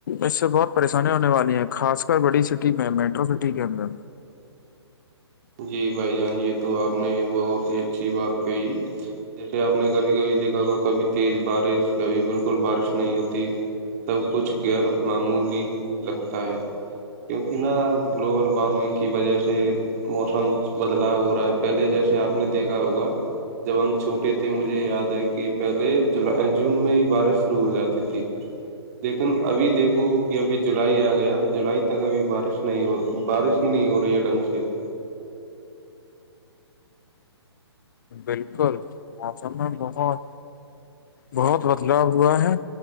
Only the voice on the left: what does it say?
اس سے بہت پریشانییا ہونے والی ہیں خاص کر بڑی سٹی میں میٹرو سٹی کے اندر
بالکل موسم میں بہت بہت بدلاؤ ہوا ہے